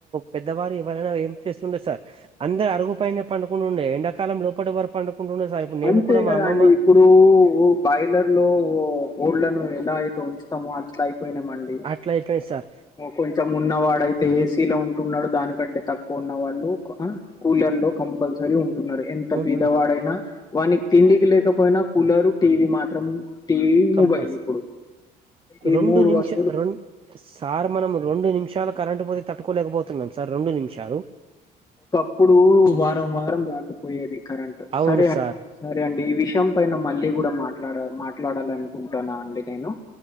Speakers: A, on the right; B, on the left.
A: పెద్దవారు ఎవరైనా ఏం చేస్తుండే సార్ అందరు అరుగుపైనే పండుకుంటు ఉండే ఎండాకాలం లోపటేవరూ పడుకుంటుండే సార్ ఇప్పుడు నేను
B: అంతే
A: కూడా
B: కదా
A: మా అమ్మమ్మ
B: అండి ఇప్పుడు బాయిలర్ లో ఓ కోళ్ళను ఎలా అయితే ఉంచుతామో అ అట్లా అయిపోయినామండి
A: అట్లా అయిపోయింది సార్
B: కొంచెం ఉన్నవాడయితే ఏసీలో ఉంటున్నాడు. దానికంటే తక్కువ ఉన్న వాళ్ళు ఆ కూలర్ లో కంపల్సరీ ఉంటున్నారు. ఎంత
A: ఉంటున్నా
B: బీదవాడైనా వానికు తిండికి లేకపోయినా కూలరు టీవీ మాత్రం టీవీ
A: కంపల్సరీ
B: మొబైల్ ఇప్పుడు ఈ
A: రెండు
B: మూడు
A: నిమిష
B: వస్తువులు
A: రెం సార్ మనం రెండు నిమిషాలు కరెంట్ పోతే తట్టుకోలేకపోతున్నాం సార్ రెండు నిమిషాలు
B: ఇప్పుడు వారం వారం రాకపోయేది కరెంట్
A: అవును
B: సరే అండి
A: సార్
B: సరే అండి ఈ విషయం పైన మళ్ళీ కూడా మాట్లాడ మాట్లాడాల అనుకుంటున్నా అండి నేను